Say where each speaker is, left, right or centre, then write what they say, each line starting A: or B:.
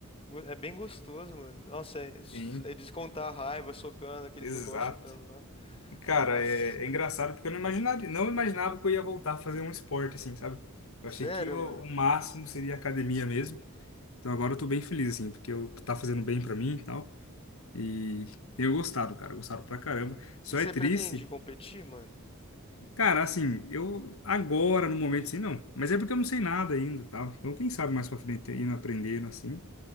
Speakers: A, on the left; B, on the left.
A: go- é bem gostoso, mano. Nossa, é,
B: sim,
A: é descontar a raiva, socando aqueles
B: exato.
A: negócios, chutando lá.
B: E, cara,
A: Nossa.
B: é, é engraçado porque eu não imaginaria, não imaginava que eu ia voltar a fazer um esporte, assim, sabe? Eu
A: Sério,
B: achei que o,
A: mano.
B: o máximo seria academia mesmo. Então agora eu tô bem feliz, assim, porque eu, tá fazendo bem pra mim e tal. E tenho gostado, cara, gostado pra caramba. Só
A: E você
B: é triste,
A: pretende competir, mano?
B: cara, assim, eu agora, no momento, assim, não. Mas é porque eu não sei nada ainda, tal. Então quem sabe mais pra frente, indo aprendendo, assim,